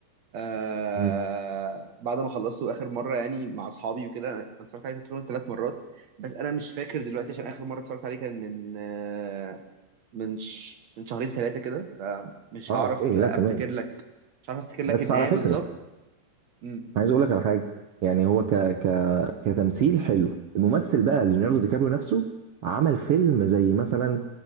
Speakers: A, on the right (about 50°); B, on the right (about 80°).
A: آه
B: مم.
A: بعد ما خلصته اخر مره يعني مع اصحابي وكده انا اتفرجت عليه تقريبا ثلاث مرات بس انا مش فاكر دلوقتي عشان اخر مره اتفرجت عليه كان من آه من ش... من شهرين ثلاثه كده فمش
B: اه
A: هعرف
B: اوكي لا
A: افتكر
B: تمام
A: لك مش هعرف افتكر لك
B: بس
A: النهايه
B: على فكره
A: بالظبط امم
B: عايز اقول لك على حاجه يعني هو ك ك كتمثيل حلو الممثل بقى ليوناردو دي كابريو نفسه عمل فيلم زي مثلا